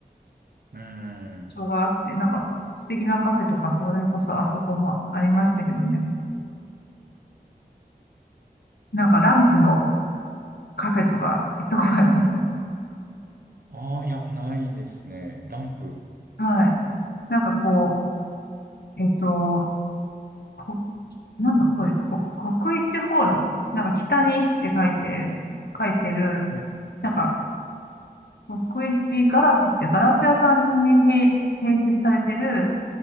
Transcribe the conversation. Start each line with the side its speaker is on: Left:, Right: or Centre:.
Right: うーん。
Left: 場があって、なんか素敵なカフェとか、それこそあそこもありましたけどね。なんかランプのカフェとか行ったことあります。
Right: ああ、いや、ないですね。ランプ。
Left: はい。なんかこう、えっと、こなんだこれ、こ国一ホール、なんか北に一って書いて、書いてる、
Right: ね。
Left: なんか国一ガラスってガラス屋さんに併併設されてる、